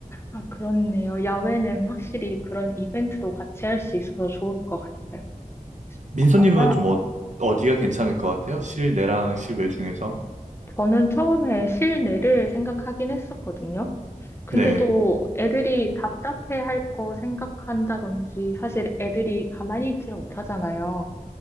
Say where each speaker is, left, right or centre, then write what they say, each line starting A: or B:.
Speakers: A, on the left; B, on the right.
A: 아, 그렇네요. 야외는 확실히 그런 이벤트도 같이 할 수 있어서 좋을 것 같아요.
B: 민선님은
A: 그러면
B: 좀 어, 어디가 괜찮을 것 같아요? 실내랑 실외 중에서.
A: 저는 처음에 실내를 생각하긴 했었거든요. 근데
B: 네,
A: 또 애들이 답답해 할 거 생각한다든지 사실 애들이 가만히 있지를 못하잖아요.